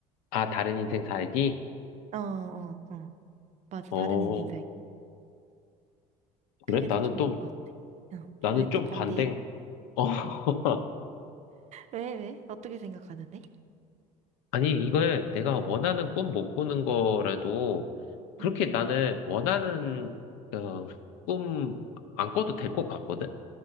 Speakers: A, on the left; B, on the right.
A: 아, 다른 인생 살기?
B: 어, 어, 어. 맞아.
A: 어,
B: 다른 인생 살기.
A: 그래?
B: 그게
A: 나는
B: 더 좋은
A: 또,
B: 것 같아. 어.
A: 나는
B: 왜
A: 좀
B: 또 반대야?
A: 반대인, 어, <laughs>
B: 왜, 왜? 어떻게 생각하는데?
A: 아니, 이걸 내가 원하는 꿈 못 꾸는 거라도, 그렇게
B: 음,
A: 나는 원하는, 어, 꿈 안 꿔도 될 것 같거든?